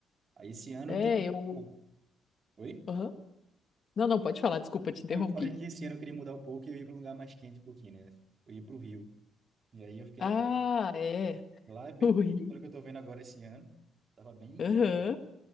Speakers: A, on the right; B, on the left.
A: Aí, esse ano
B: É,
A: que...
B: eu.
A: Pô, Oi?
B: Aham. Não, não, pode falar, desculpa, te interrompi.
A: Não, Eu falei que esse ano eu queria mudar um pouco e eu ia para um lugar mais quente um pouquinho, né? Eu ia para o Rio. E aí, eu fiquei...
B: Ah,
A: dep-
B: é.
A: Lá
B: <laughs>
A: é bem...
B: Ui.
A: quente, Pelo que eu tô vendo agora esse ano, tava bem
B: Aham.
A: quente